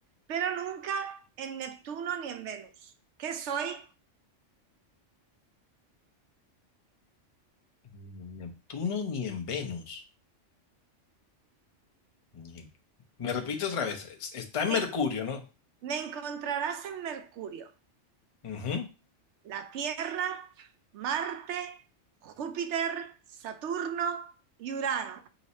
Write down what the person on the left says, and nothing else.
Ni en Neptuno ni en Venus. Ni en- Me repito otra vez. es- Está en
Mercurio, ¿no?
Ujú.